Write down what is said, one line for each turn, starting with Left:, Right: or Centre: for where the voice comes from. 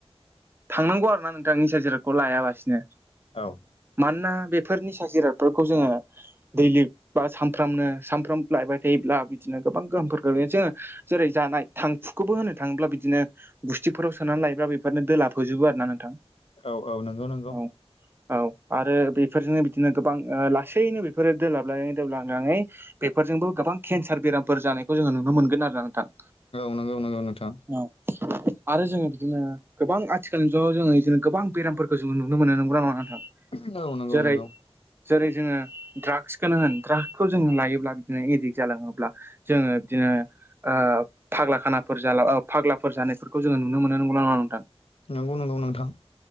Right: थांनांगौ आरो ना नोंथां निसा जिरादखौ लायालासिनो।
Left: औ
Right: मानोना बेफोर निसा जिरादफोरखौ जोङो दैलिग बा सानफ्रामनो सानफ्राम लायबाय थायोब्ला बिदिनो गोबां गोहोम गोग्लैसो जेरै जानाय थांफुखौबो होननो थाङोब्ला बिदिनो गुस्थिफोराव सोनानै लायोब्ला बेफोरनो दोलाब फोजोबो आरो ना नोंथां।
Left: औ औ नंगौ नंगौ
Right: औ औ आरो बेफोरजोंनो बिदिनो गोबां ओ लासैनो बेफोरो दोलाबलाङै दोबलाङै बेफोरजोंबो गोबां केन्सार बेरामफोर जानायखौ जोङो नुनो मोनगोन आरो ना नोंथां।
Left: नंगौ नंगौ नोंथां।
Right: औ आरो जोङो बिदिनो गोबां आथिखालनि जुगाव जोङो बिदिनो गोबां बेरामफोरखौ जोङो नुनो मोनो नं गौ ना नंङा नोंथां
Left: औ नंगौ
Right: जेरै
Left: नंगौ
Right: जेरै जोङो ड्राग्सखौनो होन ड्राग्सखौ जों लायोब्ला बिदिनो एडिक्ट जालाङोब्ला जोङो बिदिनो आ फाग्ला खानाफोर जाला ओ फाग्लाफोर जानायफोरखौ जोङो नुनो मोनो। नंगौ ना नङा नोंथां?
Left: नंगौ नंगौ नोंथां।